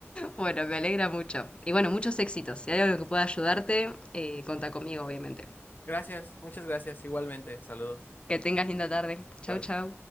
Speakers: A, on the left; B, on the left.
A: Bueno, me alegra mucho. Y bueno, muchos éxitos. Si hay algo que pueda ayudarte, eh, contá conmigo, obviamente.
B: <laughs> Gracias, muchas gracias, igualmente, saludos.
A: Que tengas linda tarde. Chau,
B: Igual.
A: chau.